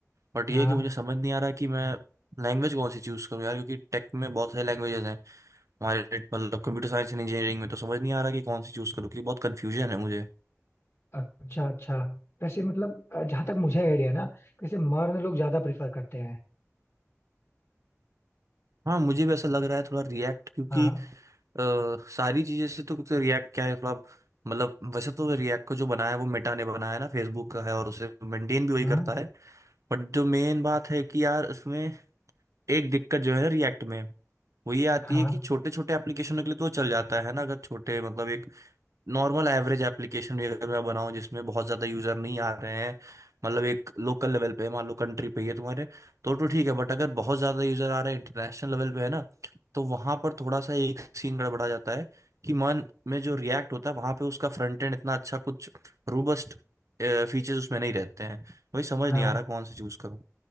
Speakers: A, on the right; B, on the left.
A: बट
B: हाँ
A: ये है कि मुझे समझ नहीं आ रहा कि मैं लैंग्वेज कौन सी चूज करूँ यार क्योंकि टेक में बहुत सारी लैंग्वेजेस हैं हमारे मतलब कंप्यूटर साइंस एंड इंजीनियरिंग में तो समझ नहीं आ रहा कि कौन सी चूज करूँ क्योंकि बहुत कन्फ्यूजन है मुझे
B: अच्छा अच्छा वैसे मतलब अ, जहाँ तक मुझे आइडिया ना वैसे मर्द लोग ज्यादा प्रेफर करते हैं
A: हाँ मुझे भी ऐसा लग रहा है थोड़ा रिएक्ट क्योंकि
B: हाँ
A: अ, सारी चीजें से तो, तो रिएक्ट क्या है थोड़ा मतलब वैसे तो रिएक्ट को जो बनाया है वो मेटा ने बनाया है ना फेसबुक का है और उसे मेंटेन भी वही
B: हम्म
A: करता है बट जो मेन बात है कि यार उसमें एक दिक्कत जो है रिएक्ट में वो ये आती
B: हाँ
A: है कि छोटे छोटे एप्लीकेशनों के लिए तो चल जाता है ना अगर छोटे मतलब एक नॉर्मल एवरेज एप्लीकेशन भी अगर मैं बनाऊं जिसमें बहुत ज़्यादा यूज़र नहीं आ रहे हैं मतलब एक लोकल लेवल पे मान लो कंट्री पे ही है तुम्हारे तो तो ठीक है बट अगर बहुत ज़्यादा यूज़र आ रहे हैं इंटरनेशनल लेवल पे है ना तो वहाँ पर थोड़ा सा एक सीन गड़बड़ा जाता है कि मन में जो रिएक्ट होता है वहाँ पे उसका फ्रंट एंड इतना अच्छा कुछ रोबस्ट फीचर्स उसमें नहीं रहते हैं वही समझ
B: हाँ
A: नहीं आ रहा कौन से चूज़ करूँ